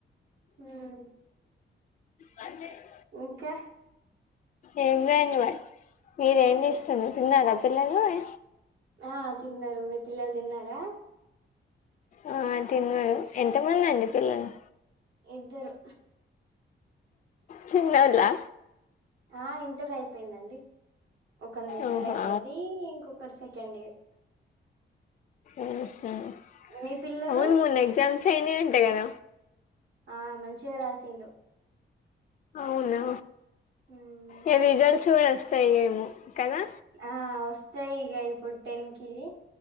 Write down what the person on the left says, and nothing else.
పంచెస్కో
ఎంజొయింగ్ మీరు ఏం చేస్తున్రు తిన్నారా పిల్లల్ ని
ఆ తిన్నారు ఎంత మంది అండి పిల్లలు
చిన్నోలా
ఓహో
ఉహామ్
అవును మూన్న ఎగ్జామ్స్ అయినా అంట కదా
అవునా
ఏ రజల్ట్స్ కూడా వస్తాయి ఏమో కదా